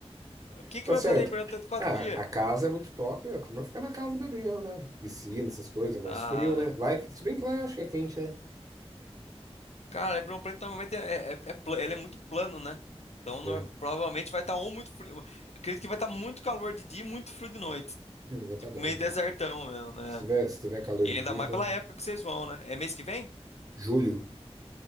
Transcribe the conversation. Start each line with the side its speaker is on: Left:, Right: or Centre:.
Left: O que
Right: Tá
Left: que vai
Right: certo.
Left: fazer em Ribeirão Preto quatro
Right: Ah,
Left: dias?
Right: a casa é muito top, a turma fica na casa bebendo, né? Piscina, essas coisas, mas
Left: Ah,
Right: frio, né? Lá, é se bem que lá eu acho que é quente, né?
Left: cara, Ribeirão Preto normalmente é, é, é pla- ele é muito plano, né? Então
Right: É.
Left: norm- provavelmente vai estar ou muito frio. Eu acredito que vai estar muito calor de dia e muito frio de noite.
Right: Hum, já tá
Left: Tipo,
Right: bom,
Left: meio
Right: já.
Left: desertão mesmo, né?
Right: Se tiver, se tiver calor
Left: E
Right: de
Left: ainda
Right: dia,
Left: mais
Right: então.
Left: pela época que vocês vão, né? É mês que vem?
Right: Julho.